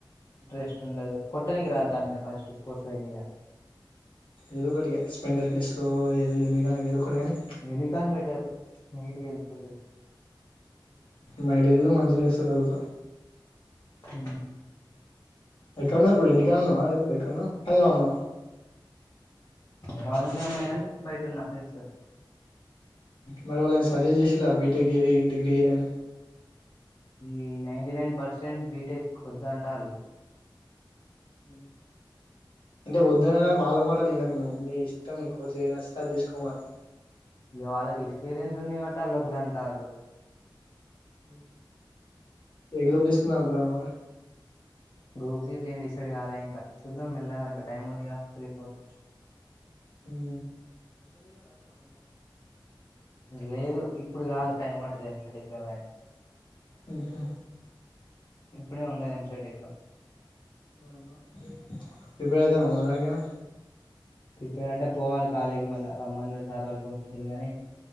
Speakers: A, on the left; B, on the left.
A: ఇంట్రెస్ట్ ఉండదు కొట్టడానికి రాద్దా ఫస్ట్ స్పోర్ట్స్ బైక్ మీద
B: ఏదో ఒకటిగా స్పలెండర్ ప్లేస్ ఏదో యూనికాన్ ఏదో ఒకటి గాని
A: యూనికార్న్ బెటర్ మీడి ఒకట్టే
B: మైలేజ్ కూడా మంచిగా ఇస్తుంది అనుకుంటా
A: ఉ
B: ఎక్కడున్నావ్ ఇప్పుడు ఇంటికడా ఉన్నావ లేక పోతే ఎక్కడ ఉన్నావ్ హైదరాబాద్ లోనా
A: <unintelligible> ఉన్నా కానీ బయట ఉన్నా ఫ్రెండ్స్ తోటి
B: మరి ఎవరైన సజెస్ట చేసారా బీటెక్ ఏది డిగ్రీన అని
A: ఈ నైన్టీ నైన్ పర్సెంట్ బీటెక్ వద్దంటాల్లు
B: మ్ అంటే వద్దని వాళ్ళ మ అస్సలు ఇనాక్ నువ్వు నీ ఇష్టం నీ కోర్స్ ఏది నచ్చితే అది తీసుకోమరె
A: ఇ వాళ్ళకి ఎక్స్పీరియన్స్ ఉంది కాబట్టి వాళ్ళు వద్దంటాళ్ళు
B: హుమ్ ఏ గ్రూప్ తీసుకుందాం అనుకున్నావు మరి
A: గ్రూప్స గిట్ల ఏం డిసైడ్ కాలే ఇంకా చూద్దాం మెల్లగా ఇం టైమ్ ఉందిగా త్రీ ఫోర్
B: హూ
A: లేదు ఇప్పుడు కాదు టైమ్ పడుతుంది ఎంసెట్ ఎగ్జామ్ రాయనిక్
B: హ్ హ్
A: ఇప్పుడే ఉండదు ఎంసెట్ ఎగ్జామ్
B: హా హా ప్రిపేర్ అయితన్నవ మరి దానికేమన్నా
A: ప్రిపేర్ అంటే పోవాలి కాలేజీ కి మళ్ళా రమ్మన్నారు. సార్ వాళ్ళు ఫోన్ చేసి వెళ్ళి గని